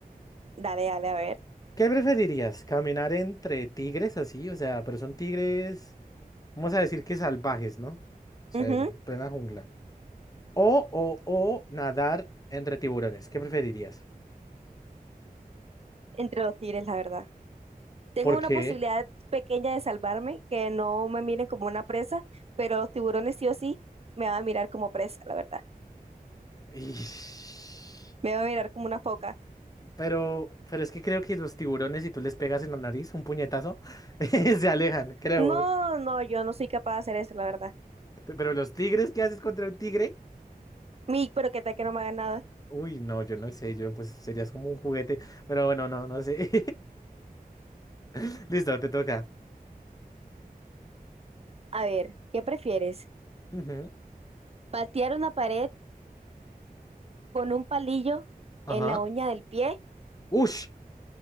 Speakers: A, on the right; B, on the left.
A: Dale, dale, a ver.
B: ¿Qué preferirías? ¿Caminar entre tigres así? O sea, pero son tigres, vamos a decir que salvajes, ¿no? O sea,
A: Ujú,
B: en plena jungla. O, o, o nadar entre tiburones. ¿Qué preferirías?
A: Entre los tigres, la verdad. Tengo
B: ¿Por
A: una
B: qué?
A: posibilidad pequeña de salvarme, que no me miren como una presa, pero los tiburones sí o sí me van a mirar como presa, la verdad.
B: Ish.
A: Me van a mirar como una foca.
B: Pero, pero es que creo que los tiburones, si tú les pegas en la nariz un puñetazo, <laughs> se alejan, creo.
A: No, no, yo no soy capaz de hacer eso, la verdad.
B: Pero los tigres, ¿qué haces contra un tigre?
A: Mi, pero que tal que no me haga nada.
B: Uy, no, yo no sé, yo pues serías como un juguete. Pero bueno, no, no sé. <laughs> Listo, te toca.
A: A ver, ¿qué prefieres?
B: Ujú,
A: ¿Patear una pared con un palillo
B: Ajá.
A: en la uña del pie
B: Ush,